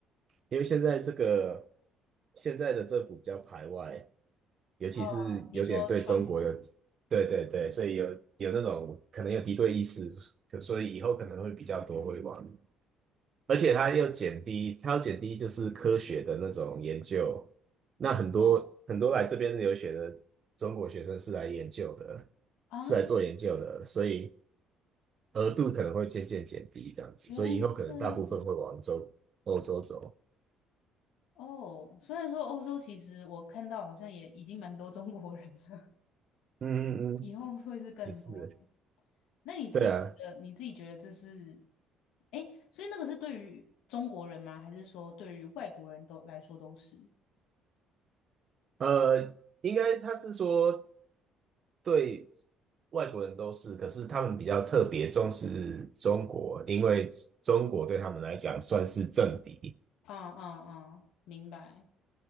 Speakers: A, on the right (about 50°); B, on the left (about 75°).
A: 因为现在这个现在的政府比较排外，尤其是有点对中国有，
B: 呃你说川普？
A: 对对对，所以有有那种可能有敌对意识，所以以后可能会比较多会往，而且它又减低，它要减低就是科学的那种研究，那很多很多来这边留学的中国学生是来研究的。
B: 嗯啊，
A: 是来做研究的，所以额度可能会渐渐减低这样子，
B: 原来是这样啊。
A: 所以以后可能大部分会往洲欧洲走。
B: 哦，虽然说欧洲其实我看到好像也已经蛮多中国人了。
A: 嗯嗯嗯，
B: 以后会是更多的。
A: 也是，
B: 那你自己觉得，
A: 对啊，
B: 你自己觉得这是，哎，所以那个是对于中国人吗？还是说对于外国人都来说都是？
A: 呃，应该他是说对外国人都是，可是他们比较特别重视中国，因为中国对他们来讲算是政敌。
B: 嗯嗯嗯，明白。